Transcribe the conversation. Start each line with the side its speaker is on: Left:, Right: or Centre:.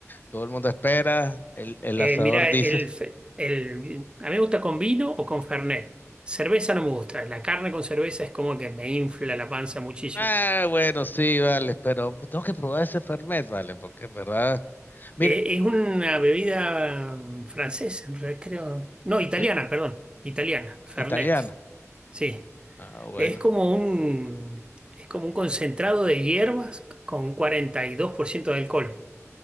Left: todo el mundo espera, el, el
Right: Eh,
Left: asador
Right: mirá,
Left: dice.
Right: el, fe- el- a mí me gusta con vino o con Fernet. Cerveza no me gusta. La carne con cerveza es como que me infla la panza muchísimo.
Left: Ah, bueno, sí, vale, pero tengo que probar ese Fernet, vale, porque en verdad, mira,
Right: Eh, es una bebida mm, francesa, en realidad, creo. No, italiana,
Left: ¿Sí?
Right: perdón. Italiana, Fernet.
Left: italiano.
Right: Sí.
Left: Ah, bueno.
Right: Es como un, es como un concentrado de hierbas con 42% de alcohol.